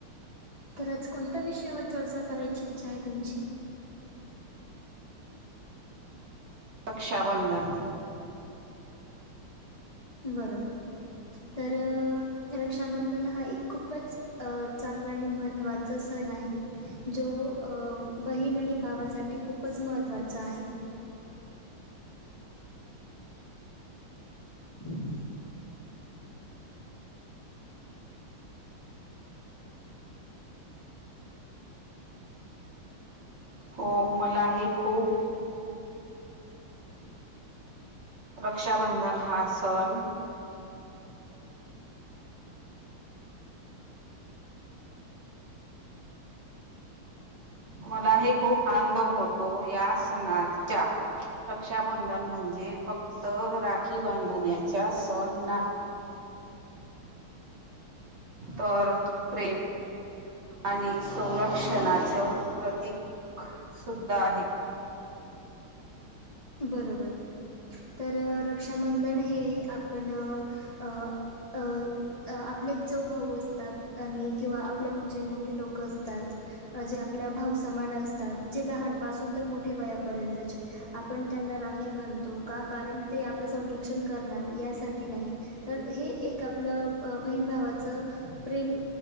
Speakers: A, on the left (about 20°); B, on the right (about 55°).
A: खरच कोणत्या विषयावर चर्चा करायची इच्छा आहे तुमची?
B: रक्षाबंधन.
A: बरोबर, तर रक्षाबंधन हा एक खूपच चांगला आणि महत्त्वाचा सण आहे जो अ बहीण आणि भावासाठी खूपच महत्त्वाचा आहे. <inaudible>
B: हो मलाही खूप रक्षाबंधन हा सण मलाही खूप आनंद होतो या सणाच्या रक्षाबंधन म्हणजे फक्त राखी बांधण्याच्या सण नाही तर प्रेम आणि संरक्षणच प्रतीक सुद्धा आहे.
A: बरोबर, तर रक्षाबंधन हे आपण अ अ. आपले जो भाऊ असतात आणि किंवा आपल्याहून जे मोठे लोक असतात जे आपला भाऊ समान असतात, जे लहानपासून तर मोठे वयापर्यंतचे आपण त्यांना राखी बांधतो का कारण ते आपलं संरक्षण करणार यासाठी नाही तर हे एक आपलं बहीण भावाचं प्रेम